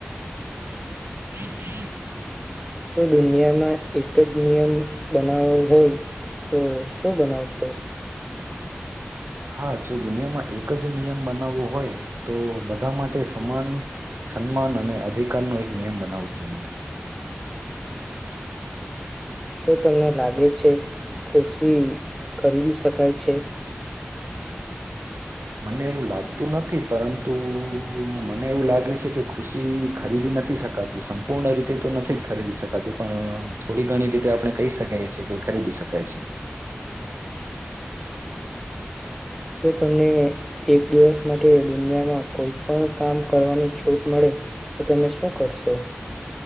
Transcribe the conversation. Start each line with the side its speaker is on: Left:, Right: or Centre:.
Right: <unintelligible>
Centre: જો દુનિયામાં એક જ નિયમ બનાવવ હોય તો શું બનાવશો?
Right: હા જો દુનિયામાં એક જ નિયમ બનાવવો હોય તો બધા માટે સમાન સન્માન અને અધિકારનો એક નિયમ બનાવવો જોઈએ.
Centre: શું તમને લાગે છે ખુશી ખરીદી શકાય છે?
Right: મને એવું લાગતું નથી પરંતુ મને એવું લાગે છે કે ખુશી ખરીદી નથી શકાતી સંપૂર્ણ રીતે તો નથી જ ખરીદી શકાતી પણ થોડી ઘણી રીતે આપણે કહી શકીએ છ છેએ કે ખરીદી શકાય છે.
Centre: જો તમને એક દિવસ માટે દુનિયામાં કોઈ પણ કામ કરવાની છૂટ મળે તો તમે શું કરશો?